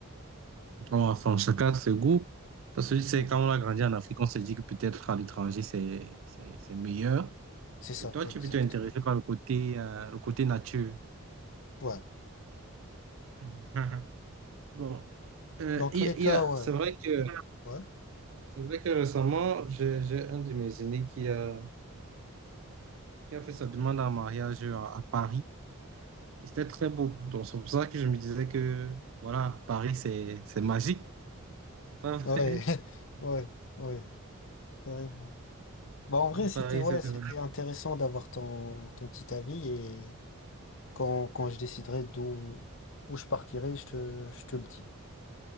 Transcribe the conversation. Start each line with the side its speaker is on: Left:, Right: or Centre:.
Right: Bon, Enfin, chacun a ses goûts. Parce que c'est
Left: Hmm.
Right: quand on a grandi en Afrique, on se dit que peut-être à l'étranger, c'est, c'est, c'est meilleur.
Left: c'est ça,
Right: Et toi,
Left: exactement.
Right: tu es plutôt intéressé par le côté, euh, le côté nature.
Left: Ouais.
Right: <laughs> Mhm. Bon, Euh,
Left: Dans
Right: il
Left: tous
Right: y
Left: les
Right: a- il
Left: cas,
Right: y a-
Left: ouais.
Right: c'est vrai que,
Left: Ouais.
Right: c'est vrai que récemment, j'ai j'ai un de mes aînés qui a, qui a fait sa demande en mariage à, à Paris. Et c'était très beau. Donc, c'est pour ça que je me disais que, voilà, Paris, c'est c'est magique. C'est pas vrai?
Left: Ouais. <laughs> Ouais. Ouais. Carrément. Bah, en vrai,
Right: <laughs>
Left: c'était,
Right: Paris,
Left: ouais,
Right: c'est
Left: c'était
Right: magique.
Left: intéressant d'avoir ton, ton petit avis et quand, quand je déciderai d'où, où je partirai, je te, je te le dis.